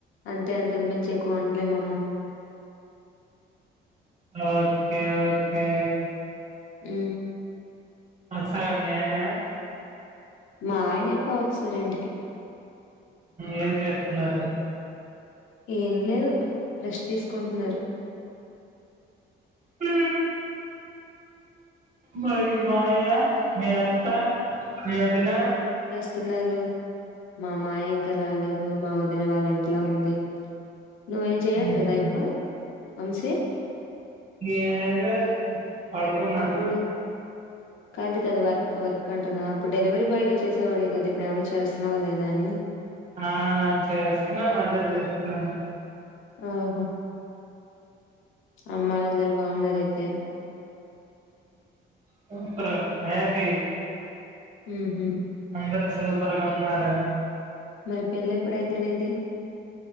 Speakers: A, on the left (about 80°); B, on the right (about 40°).
A: అంటే అంతకు మించి ఎక్కువ వండలేమమ్మ
B: ఓకే ఓకే
A: ఉ
B: వస్తాడా మీ ఆయన
A: మా ఆయన ఎప్పుడు వచ్చేశారు ఇంటికి
B: ఏం చేస్తున్నారు
A: ఏం లేదు రెష్ట్ తీసుకుంటున్నారు
B: హ మరి మీ మయ్యా మీ అత్త మీ వదిన
A: వస్తున్నారు మా మాయ ఇంకా రాలేదు మా వదిన వాళ్ళ ఇంట్లా ఉంది నువ్వేం చెయట్లేదా
B: ఉమ్.
A: ఇప్పుడు అంశీ
B: ఏండ పడుకున్నాను
A: అప్పుడు కాదు కాదు వర్క్ వర్క్ అంటన్నా అప్పుడు డెలివరీ బాయ్ గా చేసేవాడి కదా ఇప్పుడు ఏమన్నా చేస్తున్నావా లేదా అని
B: ఆ చేస్తున్నాను అదే చేస్తున్నాను
A: ఆహో అమ్మాయిలు అందరు బాగుఉన్నారే తేవు
B: చెప్పు రా హ్యాపీ
A: ఉహు
B: అందరు సూపర్ గా ఉన్నార
A: మరి పెళ్లి ఎప్పుడు అయితే నీది